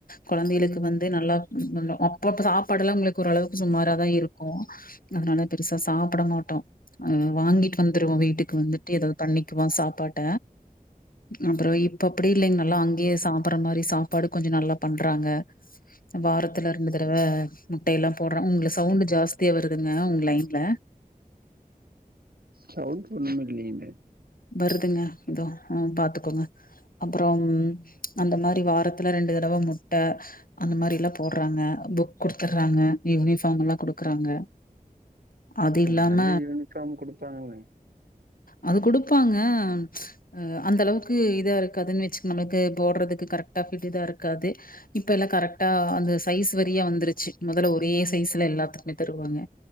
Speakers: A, on the left; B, on the right.
A: கொழந்தைகளுக்கு வந்து நல்லா முன்னோ அப்போ சாப்பாடெல்லா உங்களுக்கு ஓரளவுக்கு சும்மாராதா இருக் கு அதனால பெருசா சாப்பட மாட்டோ அ வாங்கிட்டு வந்துருவோ வீட்டுக்கு வந்துட்டு ஏதாவது பண்ணிக்குவோ சாப்பாட்ட அப்பறோ இப்ப அப்டி இல்லைங் நல்லா அங்கேயே சாப்புற மாரி சாப்பாடு கொஞ்ச நல்லா பண்றாங்க வாரத்தில ரெண்டு தரவ முட்டையெல்லா போட்றா உங்களுக்கு சவுண்டு ஜாஸ்திய வருதுங்க உங் லைன்ல
B: சவுண்ட்டு ஒன்னுமில்லீங்க
A: வருதுங்க இதோ உ பாத்துக்கோங்க அப்பறோ அந்த மாரி வாரத்துல ரெண்டு தடவ முட்ட அந்த மாரில்லா போட்றாங்க புக் குடுத்துடுறாங்க யூனிஃபார்ம் எல்லா குடுக்குறாங்க அது இல்லாம
B: மல்லி யூனிஃபார்ம் குடுப்பாங்க
A: அது குடுப்பாங்க அ அந்த அளவுக்கு இதா இருக்காதுன்னு வெச்சுக் நம்ளுக்கு போட்றதுக்கு கரெக்டா ஃபிட் இதா இருக்காது இப்ப எல்லா கரெக்டா அந்த சைஸ் வாரியா வந்துருச்சு மொதல்ல ஒரே சைஸ்ஸா எல்லாத்துக்குமே தருவாங்க